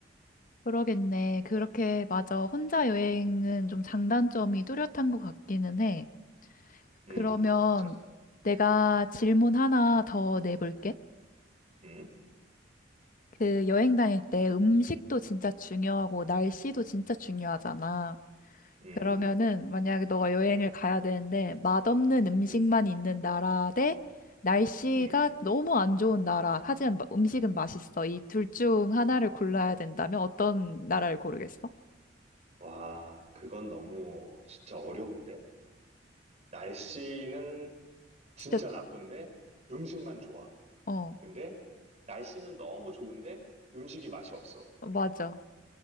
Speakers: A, on the left; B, on the right.
A: 그러겠네. 그렇게 맞아. 혼자 여행은 좀 장단점이 뚜렷한 것 같기는 해.
B: 음,
A: 그러면
B: 맞아.
A: 내가 질문 하나 더 내볼게.
B: 음,
A: 그 여행 다닐 때 음식도 진짜 중요하고 날씨도 진짜 중요하잖아.
B: 음,
A: 그러면은 만약에 너가 여행을 가야 되는데 맛없는 음식만
B: 음,
A: 있는 나라 대 날씨가
B: 음.
A: 너무 안 좋은 나라, 하지만 마- 음식은 맛있어. 이 둘 중 하나를 골라야 된다면 어떤 나라를 고르겠어?
B: 와, 그건 너무 진짜 어려운데? 날씨는 진짜
A: 진짜,
B: 나쁜데 음식만 좋아.
A: 어,
B: 근데 날씨는 너무 좋은데 음식이 맛이 없어.
A: 맞아.